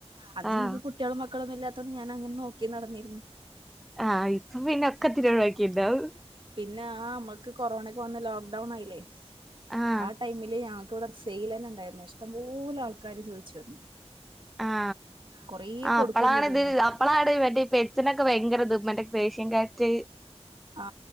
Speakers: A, on the right (about 45°); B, in the centre.
A: അന്ന് നിങ്ങക്ക്
B: ആഹ്
A: കുട്ടികളും മക്കളോന്നും ഇല്ലാത്തോണ്ട് ഞാൻ അങ്ങനെ നോക്കി നടന്നിരുന്നു.
B: ആഹ ഇപ്പൊ പിന്നെ ഒക്കെ തി ഒഴിവാക്കിണ്ടാവ.
A: ഞാ ആ മ്മൾക്ക് കൊറോണക്ക് വന്ന് ലോക്ക്ഡൌൺ ആയില്ലേ
B: ആഹ്
A: ആ ടൈമില് ഞങ്ങ ൻക്ക് വടെ സെയിലന്നെ ണ്ടായിരുന്നു ഇഷ്ടംപലെ ആൾക്കാരാര് ചോയിച്ചു വന്നു
B: ആ
A: കൊറേ
B: ആ
A: കൊടുക്കുകയും
B: അപ്പളാണ്
A: ചെയ്തുക്കണ്
B: ഇത് അപ്പളാണ് മറ്റേ പെറ്റ് സ്നൊക്കെ ഭയങ്കര ത് മറ്റേ പേഷ്യൻ ക്യാറ്റ്
A: ആ